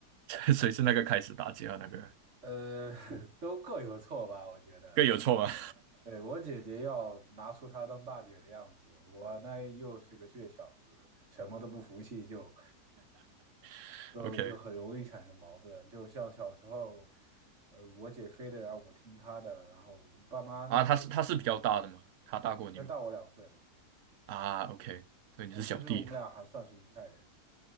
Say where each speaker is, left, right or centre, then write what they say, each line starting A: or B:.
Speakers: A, on the right (about 60°); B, on the right (about 45°).
A: <laughs> 谁是那个开始打架那个？
B: 呃，<laughs> 都各有错吧，我觉得。
A: 各有错吗
B: 对，我姐姐要拿出她当大姐的样子，我呢又是个倔小子，什么都不服气就，
A: <laughs>？OK
B: 就就很容易产生矛盾。就像小时候，呃，我姐非得让我听她的，然后我爸妈那时候
A: 啊，他是他是比较大的吗？他大过你吗？
B: 那大我两岁嘛，
A: 啊，OK，所以你是小弟
B: 但其实我们俩还算是一代人，